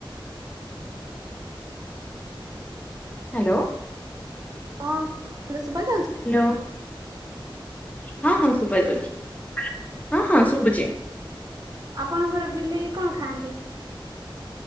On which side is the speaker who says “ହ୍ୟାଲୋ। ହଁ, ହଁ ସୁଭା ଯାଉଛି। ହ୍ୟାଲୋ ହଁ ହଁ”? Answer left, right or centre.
Left